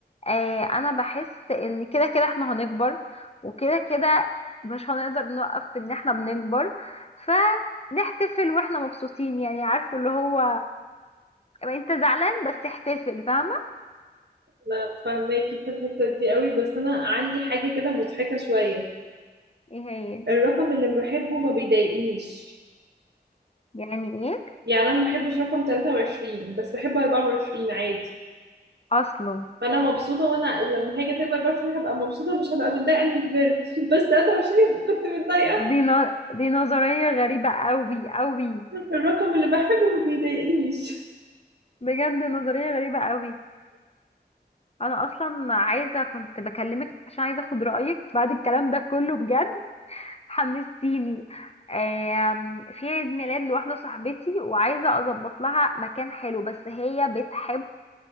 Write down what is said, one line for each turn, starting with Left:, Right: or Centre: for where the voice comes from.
Left: آه انا بحس ان كده كده احنا هنكبر وكده كده مش هنقدر نوقف ان احنا بنكبر فنحتفل واحنا مبسوطين يعني عارفه اللي هو انت زعلان بس احتفل فاهمه
Right: ما فاهماكي في الحتة دي قوي بس انا عندي حاجة كده مضحكة شوية
Left: ايه هي
Right: الرقم اللي بحبه ما بيضايقنيش
Left: يعني ايه
Right: يعني انا ما بحبش رقم 23 بس بحب 24 عادي
Left: اصلا
Right: فانا مبسوطة وانا لما هاجي اتم 24 هبقى مبسوطة مش هبقى متضايقة اني كبرت <laughs> بس 23 كنت متضايقة
Left: دي ن... دي نظرية غريبة قوي قوي
Right: الرقم اللي بحبه ما بيضايقنيش
Left: بجد نظرية غريبة قوي انا اصلا عايزة كنت بكلمك عشان عايزة اخد رأيك بعد الكلام ده كله بجد حمستيني آم، في عيد ميلاد لواحدة صاحبتي وعايزة اظبط لها مكان حلو بس هي بتحب